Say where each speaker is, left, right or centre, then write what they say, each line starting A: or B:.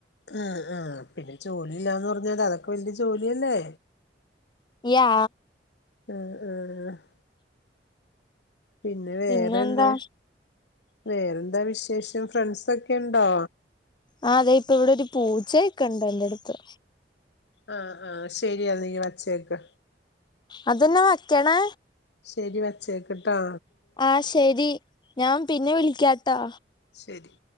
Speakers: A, on the left; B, on the left.
A: ആഹ് ആഹ് പിന്നെ ജോലി ഇല്ലാന്ന് പറഞ്ഞാല് അതൊക്കെ വലിയ ജോലിയല്ലേ?
B: യാ..
A: ആഹ് ആഹ്.. ആഹ്. പിന്നെ വേറെന്നെ
B: പിന്നെന്താ
A: വേറെന്താ വിശേഷം ഫ്രണ്ട്സൊക്കെണ്ടോ?
B: ആഹ് അതെ ഇപ്പ ഇവിടെ ഒരു പൂജയൊക്കെ ഇണ്ട് ഐന്റടുത്ത്
A: ആഹ് ആഹ് ശരിയാ നീ വച്ചേക്ക്.
B: അതേന്ന വയ്ക്കണേ?
A: ശരി വച്ചേക്കട്ടാ.
B: ആഹ് ശെരി ഞാൻ പിന്നെ വിളിക്കാട്ടോ?
A: ശരി.